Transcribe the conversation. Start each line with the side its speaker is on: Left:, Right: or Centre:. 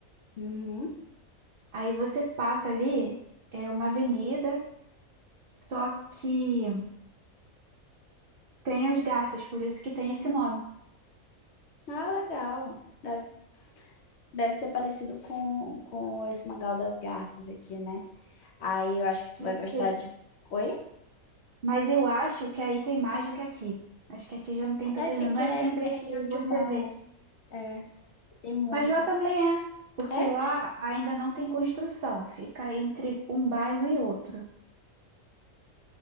Left: Uhum.
Right: Aí você passa ali, é uma avenida, só que tem as garças, por isso que tem esse nome.
Left: Ah, legal. Deve, deve ser parecido com, com esse mangá das garças aqui, né? Aí eu acho que tu
Right: Deve
Left: vai gostar
Right: ser.
Left: de. Oi?
Right: Mas eu acho que aí tem mais do que aqui. Acho que aqui já não tem tantas,
Left: É porque
Right: não
Left: aqui
Right: é
Left: é,
Right: sempre
Left: é região
Right: que
Left: de
Right: você
Left: mangue.
Right: vê.
Left: É, tem muita.
Right: Mas lá também é, porque
Left: É?
Right: lá ainda não tem construção, fica entre um bairro e outro.